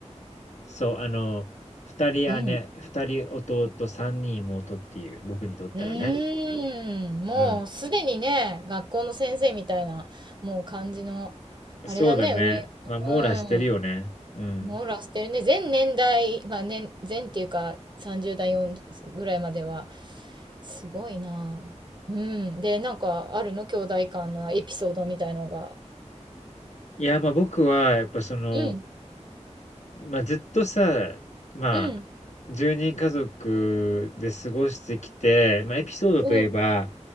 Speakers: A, on the left; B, on the right.
A: そう、あの、2人姉、
B: うん。
A: 2人弟、3人妹っていう、僕にとったらね。
B: うーん、もうすでにね、
A: うん。
B: 学校の先生みたいな、もう感じの、
A: そうだね。
B: あれだね、上、
A: まあ、網羅してるよね。
B: うん、
A: うん。
B: 網羅してるね。全年代、まあ年、全っていうか30代4ぐらいまでは、すごいなぁ。うん。で、なんかあるの兄弟間のエピソードみたいのが。
A: いや、まあ僕は、やっぱその、
B: うん、
A: まあ、ずっとさ、まあ、
B: うん、
A: 1人家族で過ごしてきて、まあ、エピソードといえば、
B: うん、